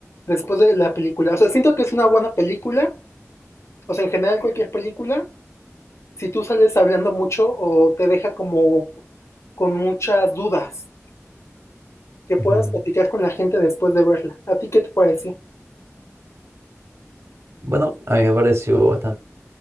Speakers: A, on the left; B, on the right.
A: después de la película. O sea, siento que es una buena película, o sea, en general cualquier película, si tú sales hablando mucho o te deja como con muchas dudas, que puedas
B: Ujú.
A: platicar con la gente después de verla. ¿A ti qué te pareció?
B: Bueno, a mí me pareció bastante